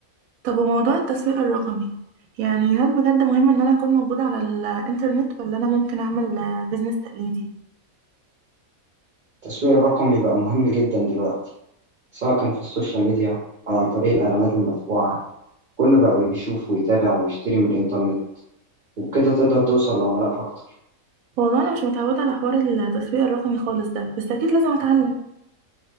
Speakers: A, on the right; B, on the right.
A: طب وموضوع التسويق الرقمي يعني هل بجد مهم إن أنا أكون موجودة على الإنترنت ولا أنا ممكن أعمل آه، بيزنس تقليدي؟
B: التسويق الرقمي بقى مهم جدا دلوقتي سواء كان في السوشيال ميديا أو عن طريق الإعلانات المدفوعة كل بقى بيشوف ويتابع ويشتري من الإنترنت وبكده تقدر توصل لعملاء أكتر
A: والله أنا مش متعودة على حوار التسويق الرقمي خالص ده بس أكيد لازم أتعلم